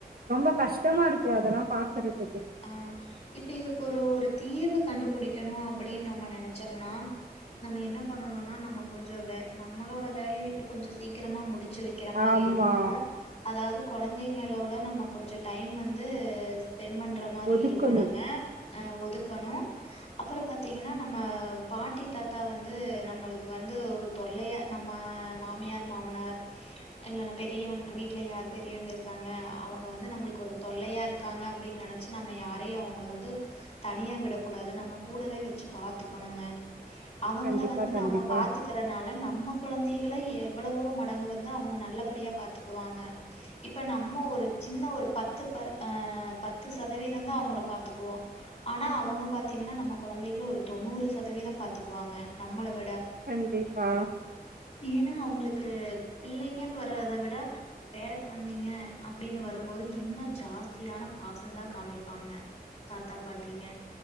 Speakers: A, on the right (about 65°); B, on the left (about 35°).
A: ரொம்ப கஷ்டமாருக் க்கு அதெல்லா பாக்குறதுக்
B: ஆ இப்ப இதுக்கு ஒரு ஒரு தீர்வு கண்டுப் புடிக்கணு அப்டின்னு நம்ம நெனைச்சம்னா நம்ம என்ன பண்ணணும்னா நம்ம கொஞ்சோ வே நம்மளோட வேலைய கொஞ்சோ சீக்கிரமா முடிச் ச்சு வைக்கிற மாரி
A: ஆமா
B: இருக்கணு அதாவது கொழந்தைங்களோட ட நம்ம கொஞ்சோ டைம் வந்து ஸ்பெண்ட் பண் ன்ற மாரி
A: ஒதுக்கணு
B: இருக்கணுங்க ஆ ஒதுக்கணு அப்பறோ பாத்தீங்கன்னா நம்ம பாட்டி தாத்தா வந்து நம்மளுக்கு வந்து ஒரு தொல்லையா நம்ம மாமியார் மாமனார் இல்லன்னா பெரியவங்க வீட்டுல யாரு பெரியவங்க இருக்காங்க அவங்க வந்து நம்மளுக்கு ஒரு தொல்லையா இருக்காங்க அப்டின்னு நினைச் ச்சு நம்ம யாரையு அவங்கள வந்து தனியா விடக்கூடாது நம்ம கூடவே வெச்சு பாத்துக்கணுங்க அவங்கள
A: கண்டிப்பா
B: வந்து
A: கண்டிப்பா
B: நாம பாத்துக்கறனால நம்ம குழந்தைகள எப் எவ்ளவோ மடங்கு வந்து அவங்க நல்லபடியா பாத்துக்குவாங்க இப்ப நம்ம ஒரு சின்ன ஒரு பத்து பர் ஆ பத்து சதவீததா அவங்கள பாத்துக்குவோ ஆனா அவங்க பாத்தீங்கன்னா நம்ம கொழந்தைகள ஒரு தொண்ணூறு சதவீத பாத்துக்குவாங்க நம்மள விட் ட
A: கண்டிப்பா
B: ஏன்னா அவங்களுக்கு க்கு பிள்ளைங்கன்னு வறத விட பேற குழந்தைங்க அப்டின்னு வரும்போது இன்னு ஜாஸ்தியானப் பாசந்தா காமிப்பாங்க தாத்தா பாட்டிங்க